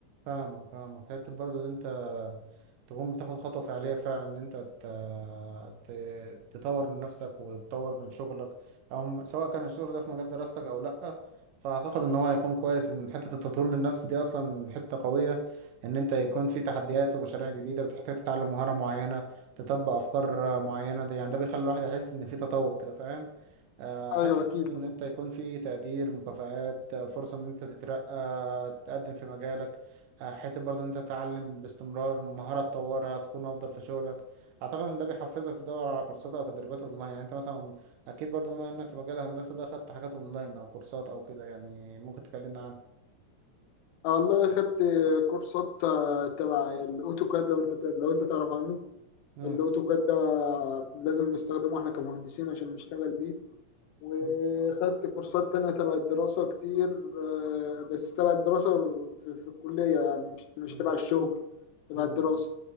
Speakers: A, on the right; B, on the left.
A: فاهمك فاهمك حتة برضو ان انت تقوم بتاخد خطوة فعلية فعلا ان انت ت... ت... تطور من نفسك وتطور من شغلك او سواء كان الشغل ده في مجال دراستك او لأ فاعتقد ان هو هيكون كويس ان حتة التطوير من النفس دي اصلا حتة قوية ان انت يكون في تحديات ومشاريع جديدة بتحتاج تتعلم مهارة معينة تطبق افكار معينة ده يعني ده بيخلي الواحد يحس ان في تطور كده فاهم آه،
B: ايوه
A: حتة برضو
B: اكيد
A: ان
B: طبعا
A: انت يكون في تقدير مكافآت فرصة ان انت تترقى تتقدم في مجالك آه، حته برضه إن انت تتعلم باستمرار مهاره تطورها تكون افضل في شغلك اعتقد ان ده بيحفزك تدور على كورسات او تدريبات اونلاين يعني انت مثلا اكيد برضه بما انك في مجال الهندسه ده خدت حاجات اونلاين او كورسات او كده يعني ممكن تكلمنا عنها
B: آه والله اخدت كورسات آه، تبع الاوتوكاد لو انت لو انت تعرف عنه
A: مم،
B: الاوتوكاد ده لازم نستخدمه احنا كمهندسين عشان نشتغل بيه وخدت
A: مم،
B: كورسات تانية تبع الدراسة كتير آه، بس تبع الدراسة في, في الكلية يعني مش مش
A: مم،
B: تبع الشغل تبع
A: مم،
B: الدراسة